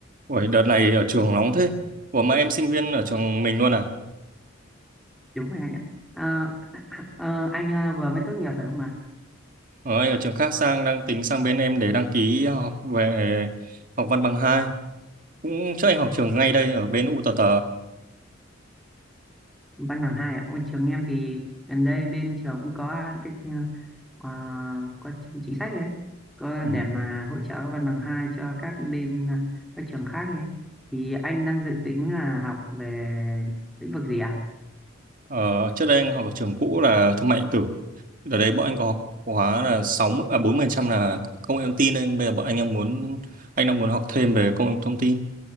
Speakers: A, on the right (about 45°); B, in the centre.
A: Ủa, đợt này ở trường nóng thế. Ủa mà em sinh viên ở trường mình luôn à?
B: đúng rồi anh ạ Ờ, ờ, anh ờ, vừa mới tốt nghiệp phải không ạ
A: Ở anh ở trường khác sang đang tính sang bên em để đăng ký học về học văn bằng hai, Cũng trước anh học trường
B: à?
A: ngay đây ở bên U UTT.
B: văn bằng hai ạ ôi trường em thì gần đây bên trường cũng có cái ờ, có chính chính sách ấy có
A: Ừ.
B: để mà hỗ trợ văn bằng hai cho các bên ờ, các trường khác ấy thì anh đang dự tính là học về lĩnh vực gì ạ
A: Ờ, trước đây anh học ở trường cũ là thương mại điện tử. Đợt đấy bọn anh có học khóa là sáu mươi à 40% là công nghệ thông tin nên bây giờ bọn anh đang muốn anh đang muốn học thêm về công nghệ thông tin